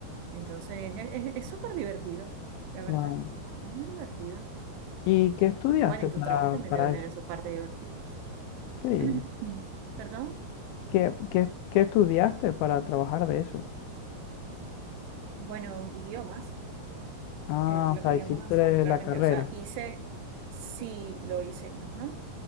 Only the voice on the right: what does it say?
Entonces, es es- es súper divertido, la verdad.
Es muy divertido.
Bueno, y
tu trabajo también
debe tener
su parte divertida.
<clears throat> Perdón.
Bueno, idiomas.
eh, los
idiomas
realmente,
o sea, hice, sí, lo hice, ajá.